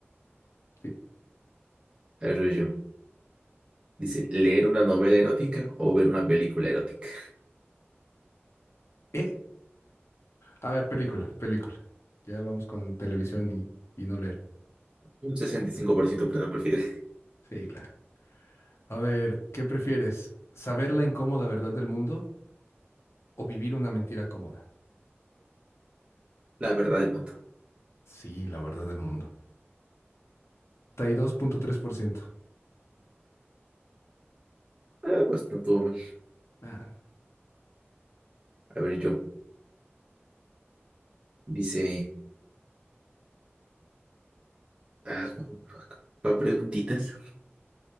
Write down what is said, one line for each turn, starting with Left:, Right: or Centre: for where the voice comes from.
Left: Sí.
Right: A ver, voy yo. Dice, ¿leer una novela erótica o ver una película erótica?
Left: ¿Eh? A ver, película, película. Ya vamos con televisión y, y no leer.
Right: Un 65% pre- prefiere
Left: Sí, claro. A ver, ¿qué prefieres? ¿Saber la incómoda verdad del mundo o vivir una mentira cómoda?
Right: la verdad del mundo.
Left: Sí, la verdad del mundo. 62.3%.
Right: Ah, pues no todo mal.
Left: Ah,
Right: A ver, yo. Dice. Ah, no, pa preguntitas.